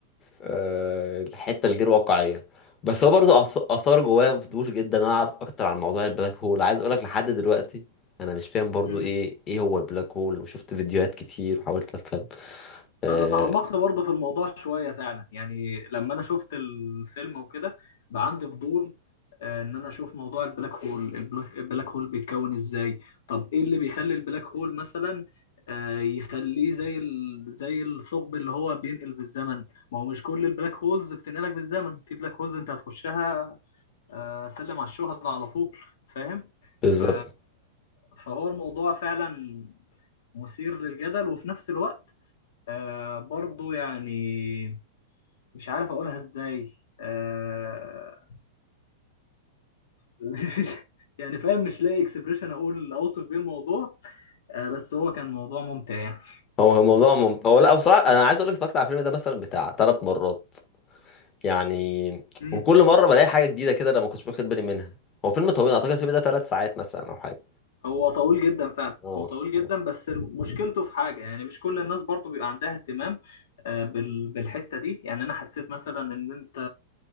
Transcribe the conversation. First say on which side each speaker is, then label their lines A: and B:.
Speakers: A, on the left; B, on the left.
A: آه، الحته الغير واقعيه بس هو برضه أث- اثار جوايا فضول جدا إن انا اعرف اكتر عن موضوع البلاك هول عايز اقولك لحد دلوقتي انا مش فاهم برضه
B: مم.
A: ايه ايه هو البلاك هول وشفت فيديوهات كتير وحاولت افهم آه
B: انا تعمقت برضه في الموضوع شويه فعلا يعني لما انا شفت الفيلم وكده بقى عندي فضول آه، ان انا اشوف موضوع البلاك هول البلاك البلاك هول بيتكون ازاي طب ايه اللي بيخلي البلاك هول مثلا آه، يخليه زي ال... زي الثقب اللي هو بينقل بالزمن ما هو مش كل البلاك هولز بتنقلك بالزمن في بلاك هولز انت هتخشها آه، سلم على الشهداء على طول فاهم
A: بالظبط
B: ف... فهو الموضوع فعلا مثير للجدل وفي نفس الوقت آه برضو يعني مش عارف اقولها ازاي آه <laughs> يعني فاهم مش لاقي اكسبريشن اقول اوصف بيه الموضوع آه بس هو كان موضوع ممتع يعني
A: هو موضوع مم... هو لا بصراحه انا عايز اقولك اتفرجت على الفيلم ده مثلا بتاع ثلاث مرات يعني
B: امم
A: وكل مره بلاقي حاجه جديده كده انا ما كنتش واخد بالي منها هو فيلم طويل اعتقد الفيلم ده ثلاث ساعات مثلا او حاجه
B: هو طويل جدا فعلا
A: اه
B: هو طويل جدا
A: اه
B: بس مشكلته في حاجة يعني مش كل الناس برضو بيبقى عندها اهتمام آه، بال- بالحتة دي يعني أنا حسيت مثلا إن أنت